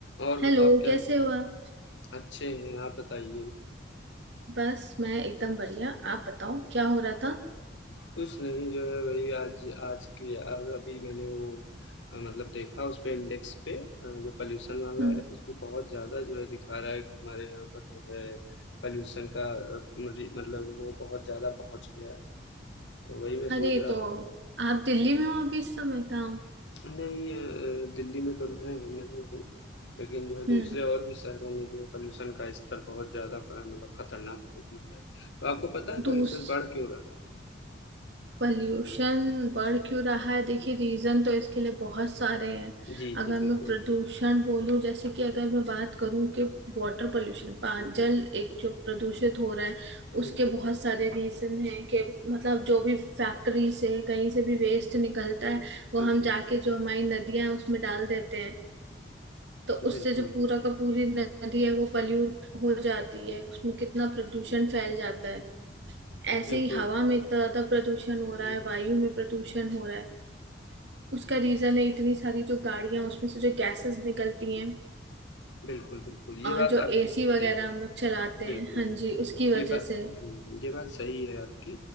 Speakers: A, on the left; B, on the right.
A: और
B: Hello
A: बताओ क्या
B: कैसे हो आप
A: अच्छे हैं आप बताइए
B: बस मैं एकदम बढ़िया आप बताओ क्या हो रहा था
A: कुछ नहीं जो है वही आज आज की अब अभी मैंने वो अ, मतलब देखा उस पे इंडेक्स पे अ, जो पॉल्यूशन वाला
B: हम्म
A: है उसमें बहुत ज़्यादा जो है दिखा रहा है कि हमारे यहाँ पर जो है पॉल्यूशन का अ, मुझे- मतलब वो बहुत ज़्यादा पहुँच गया है तो वही मैं
B: अरे
A: सोच रहा
B: तो आप दिल्ली में हो अभी इस समय कहाँ हो
A: नहीं अ, दिल्ली में तो है नहीं हूँ लेकिन जो है दूसरे
B: हम्म
A: और भी शहरों में जो है पॉल्यूशन का स्तर बहुत ज़्यादा मतलब खतरनाक हो गया है तो आपको पता है
B: दूस
A: पॉल्यूशन बढ़ क्यों रहा है
B: पॉल्यूशन बढ़ क्यों रहा है देखिए रीजन तो इसके लिए बहुत सारे हैं
A: जी,
B: अगर
A: जी, बिल्कुल।
B: मैं प्रदूषण बोलूं जैसे कि अगर मैं बात करूं कि वाटर पोल्यूशन पान जल एक जो प्रदूषित हो रहा है
A: बिल्कुल,
B: उसके बहुत सारे रीजन हैं कि मतलब जो भी फैक्ट्री से कहीं से भी वेस्ट निकलता है वो
A: बिल्कुल,
B: हम जाके जो हमारी नदियां हैं उसमें डाल देते हैं तो
A: बिल्कुल,
B: उससे जो पूरा का पूरी नदी है वो पल्यूट हो जाती है उसमें कितना प्रदूषण फैल जाता है ऐसे
A: बिल्कुल,
B: ही हवा में इतना ज्यादा प्रदूषण हो रहा
A: बिल्कुल,
B: है वायु में प्रदूषण हो रहा है उसका रीजन है इतनी सारी जो गाड़ियां उसमें से जो गैसेस निकलती हैं
A: बिल्कुल, बिल्कुल, ये
B: और
A: बात
B: जो
A: आपकी
B: एसी
A: स
B: वगैरह
A: सही
B: हम
A: है।
B: लोग चलाते
A: बिल्कुल।
B: हैं हाँ जी उसकी वजह
A: ये बा
B: से
A: हुँ, ये बात सही है आपकी